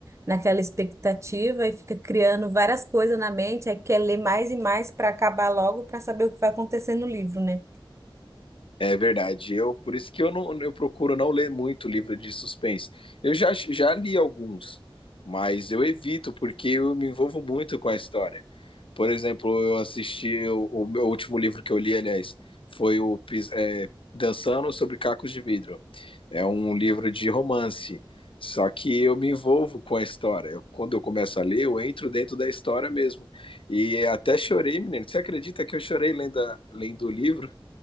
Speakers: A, on the right; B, on the left.
A: naquela expectativa e fica criando várias coisas na mente, aí quer ler mais e mais para acabar logo para saber o que vai acontecer no livro, né?
B: É verdade. Eu por isso que eu não eu procuro não ler muito livro de suspense. Eu já, já li alguns, mas eu evito porque eu me envolvo muito com a história. Por exemplo, eu assisti o, o meu último livro que eu li, aliás, foi o Pis- é, Dançando sobre Cacos de Vidro. É um livro de romance. Só que eu me envolvo com a história. Eu- quando eu começo a ler, eu entro dentro da história mesmo. E até chorei, menino. Você acredita que eu chorei lendo, a- lendo o livro?